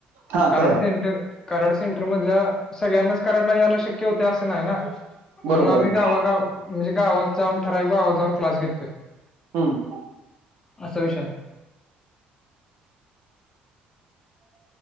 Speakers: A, on the right; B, on the left.
A: हा
B: कराड
A: करा
B: सेंटर. कराड सेंटर मधल्या सगळ्यांनाच कराड ला यायला शिक होते नाही म्हणून
A: बरोबर
B: आम्ही
A: आहे की
B: गावागाव. म्हणजे गावात जाऊन ठरावीक गावात जाऊन क्लास घेतोय.
A: हम्म.
B: असा विषय.